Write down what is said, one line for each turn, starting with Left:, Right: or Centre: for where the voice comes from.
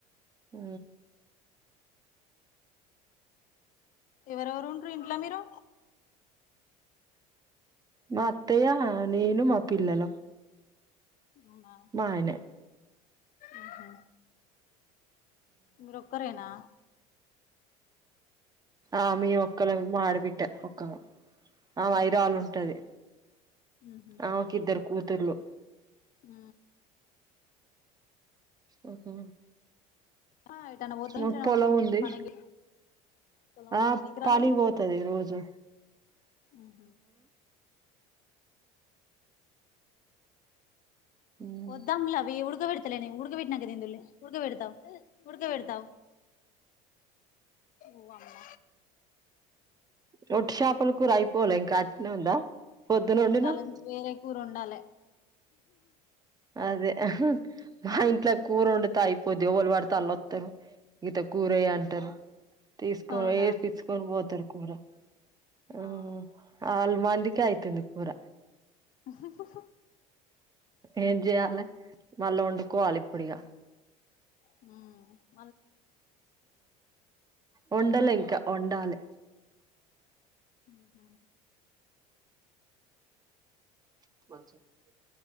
Right: ఊ
Left: ఎవరెవరు ఉంట్రు ఇంట్లో మీరు
Right: మా అత్తయ్య నేను మా పిల్లల
Left: అవునా
Right: ఆయనే
Left: ఊహూ మీరొక్కరేనా
Right: ఆ మీ ఒక్కళం మా ఆడబిడ్డ ఒక్క ఆమె
Left: ఉహు
Right: ఐరాలుంటది
Left: ఉహు
Right: ఆమెకి ఇద్దరు కూతుర్లు
Left: ఊ
Right: ఊహూ
Left: ఆ ఎటన్న పోత
Right: మాకు
Left: ఇంట్లనే
Right: పొలం
Left: ఉంటాం
Right: ఉంది
Left: పని గి పొలం
Right: ఆ
Left: ఉందా ఎన్ని ఎకరాలు
Right: పనికి పోతది రోజూ
Left: ఊహూ
Right: ఉమ్
Left: వద్దు అమ్లవి ఉడకవెడు తలే నే ఉడుక పెట్టినాక తిందువులే ఉడక పెడతా ఉడుక పెడతావ్ ఊ అమ్మ
Right: రొట్టి షాపల కూర అయిపోలే ఇంకా అట్టనే ఉందా పొద్దున వండినవ్
Left: ఉండాల వేరే కూరోడాలె
Right: అదే మా ఇంట్లో కూరొండుతే అయిపోద్ది ఎవలు పడితే అల్లొస్తారు ఇత కూరెయ్య అంటారు తీసుకొపోయి
Left: అవునా
Right: <inaudible> చ్చుకొని పోతారు కూర ఊ
Left: అవును
Right: అల్ మందికే అయితుంది కూర
Left: ఆాా
Right: ఏం చెయాల మళ్ళా వండుకోవాలి ఇప్పుడు ఇగ
Left: ఊమ్
Right: వండలే ఇంకా వండాలి
Left: ఊహూ
Right: <inaudible>